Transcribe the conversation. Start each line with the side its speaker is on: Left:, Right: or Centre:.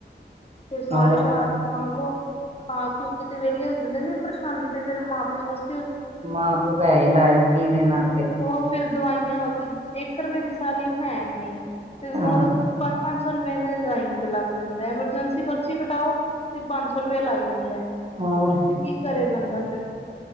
Left: ਫੇਰ ਸਾਰੀ
Right: ਹੋਰ
Left: ਰਾਤ ਖੰਘੋ, ਖਾ-ਖੂ ਕੇ ਤੇ ਵੇਲੇ ਹੋ ਜਾਂਦੇ ਨੇ। ਪਰਸ਼ਾਨੀ ਤੇ ਫੇਰ ਮਾਂ-ਪਿਓ ਵਾਸ
Right: ਮਾਂ-ਪਿਓ ਪੈਸੇ ਲਾਏ ਫਰੀ ਦੇ ਨਾ ਤੇ।
Left: ਉਹ ਫਿਰ ਦਵਾਈਆਂ ਵਕ, ਇੱਕ ਰੁਪਏ ਦੀ ਸਾਰੀ ਉਹ ਹੈ ਨੀ। ਤੇ ਮੁੜੋ,
Right: ਹਾਂ
Left: ਪੰਜ-ਪੰਜ ਸੌ ਰੁਪਏ ਦੇ ਦਜਾਈਆਂ ਤੇ ਲੱਗ ਜਾਂਦਾ ਐਮਰਜੈਂਸੀ ਪਰਚੀ ਕਟਾਓ। ਤੇ ਪੰਜ ਸੌ ਰੁਪਇਆ ਲੱਗ ਜਾਂਦਾ ਐ।
Right: ਹੋਰ
Left: ਕੀ ਕਰੇ ਬੰਦਾ ਫਿਰ।